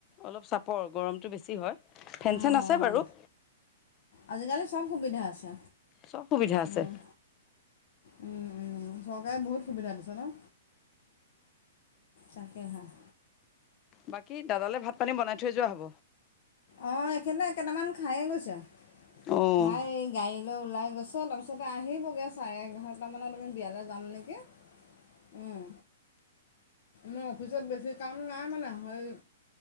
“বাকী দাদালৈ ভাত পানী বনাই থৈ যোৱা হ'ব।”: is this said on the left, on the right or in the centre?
Left